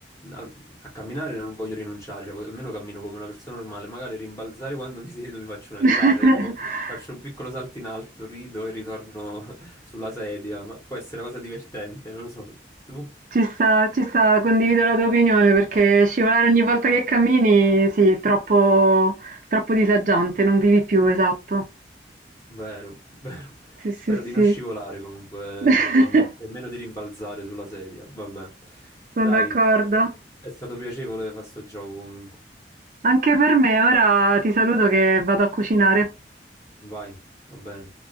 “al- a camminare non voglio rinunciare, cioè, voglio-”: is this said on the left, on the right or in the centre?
Left